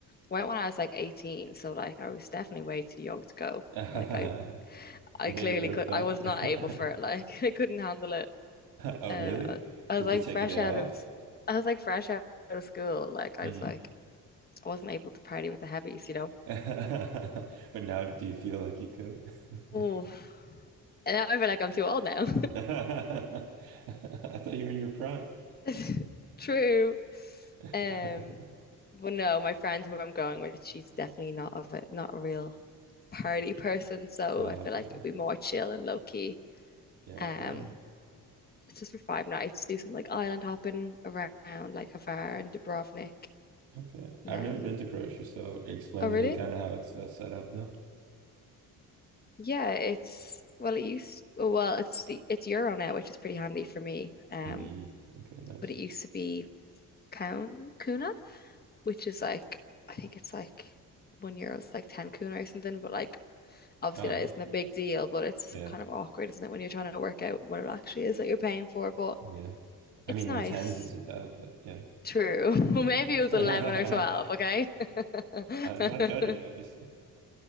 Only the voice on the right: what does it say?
<laughs>
You made
it work
though.
<laughs>
Oh,
really?
Did
you take
a day
off?
Hmm.
<laughs> But now, do you feel like you could? <laughs>
I thought you were in your prime.
<laughs>
Ah,
okay.
Yeah,
okay.
Okay.
I've
never been to Croatia, so explain
to
me kind of how it's uh, set up. No?
Mm, okay, nice.
Oh,
yeah.
Yeah.
I mean,
in tens isn't bad, but yeah.
<laughs> I'm
not judging. I just. <laughs>